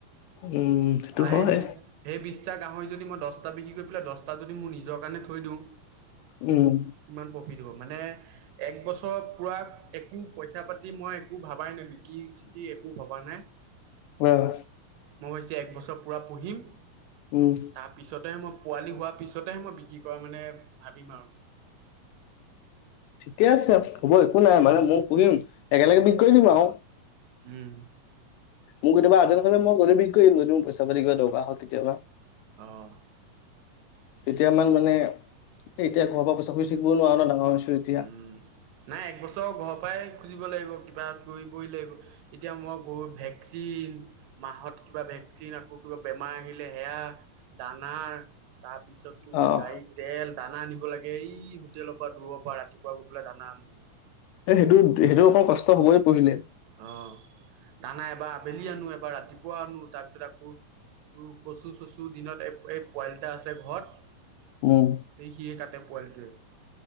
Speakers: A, on the left (about 80°); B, on the right (about 80°).
A: উম, সেইটো
B: হেই
A: হয়।
B: বিষ্ট - হেই বিষ্ট গাহৰি যদি মই দস্তা বিক্ৰী কৰি পেলাই দস্তা যদি মই নিজৰ কাৰণে থৈ দিওঁ
A: উম।
B: কিমান প্ৰফিট মানে এক বছৰ বছৰ পুৰাক একো পইচা পাতি মই একো ভবাই নাই বিকিম-চিকিম একো ভবা নাই
A: অহ।
B: মইছো এক বছৰ পুৰা পঢ়িম।
A: উম,
B: তাৰ পিছতেহে মই পোৱালি হোৱাৰ পিছতেহে মই বিক্ৰী কৰা মানে ভাবিম আৰু।
A: ঠিকে আছে হ'ব একো নাই মানে মই সুহিম একেলগে বিক কৰি দিম আৰু।
B: উম।
A: মোক কেতিয়াবা আজলেই সময়ত মই <unintelligible> বিক কৰিম যদি মই পইচা যদি কিবা দৰকাৰ হয় কেতিয়াবা।
B: অহ।
A: তেতিয়া আমাৰ মানে এতিয়া ঘাৰ পা পইচা খোঁচ থাকিব নোৱাৰ ন ডাঙৰ এতিয়া।
B: উম, নাই একবছৰ ঘৰৰ পৰাই খুজিব লাগিব কিবা কৰিবইি লাগিব, এতিয়া মই গৰু ভেকচিন, মাহত কিবা ভেকচিন আকৌ কিবা বেমাৰ, আহিলে সেয়া দানাৰ। তাৰপিছততো
A: অহ,
B: গাড়ীত তেল, দানা, আনব লাগে এই তেলৰ পৰা দূৰ পোৱা ৰাতিপুৱা গৈ পেলাই দানা আনোগৈ।
A: এ সেইটো-সেইটো অকণ কষ্ট হবয় পঢ়িলে।
B: অহ দানা এবাৰ আবেলি আনো এবাৰ ৰাতিপুৱা আনো তাৰপিছত আকৌ তোৰ কচু-চচু দিনত এই পোৱালিটা আছে ঘৰত,
A: উম,
B: সেই সিয়ে কাটে পোৱালিটোৱে।